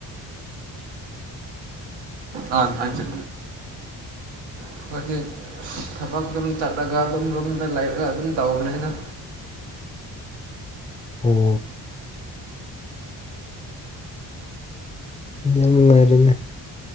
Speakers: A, on the right; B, on the left.
A: ꯑꯥ ꯑꯥꯏ ꯆ‌ꯦ ꯑꯩꯈꯣꯏꯗꯤ ꯊꯕꯛ ꯗꯨꯝ ꯆꯠꯂꯒ ꯗꯨꯝ ꯔꯨꯝꯗ ꯂꯩꯔꯒ ꯑꯗꯨꯝ ꯇꯧꯕꯅꯤꯅ
B: ꯎꯝ꯫ ꯌꯥꯝ ꯅꯨꯡꯉꯥꯏꯔꯦꯅꯦ꯫